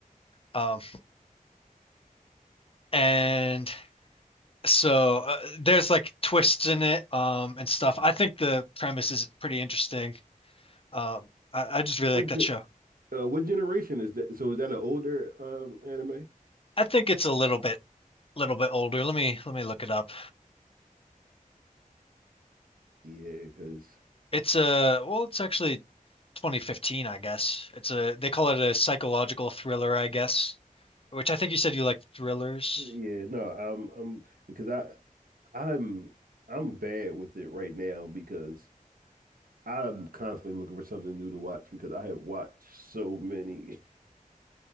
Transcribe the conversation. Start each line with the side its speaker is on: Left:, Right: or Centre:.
Left: Um, and so uh, there's like twists in it um, and stuff. I think the premise is pretty interesting. Um, I, I just really
Right: What
Left: like that
Right: ge-
Left: show.
Right: uh, what generation is that? So is that an older um anime?
Left: I think it's a little bit little bit older. Let me let me look it up.
Right: Yeah, because
Left: It's a well, it's actually 2015, I guess. It's a they call it a psychological thriller, I guess, which I think you said you like thrillers.
Right: yeah, no, I'm I'm because I I'm I'm bad with it right now because I'm constantly looking for something new to watch because I have watched so many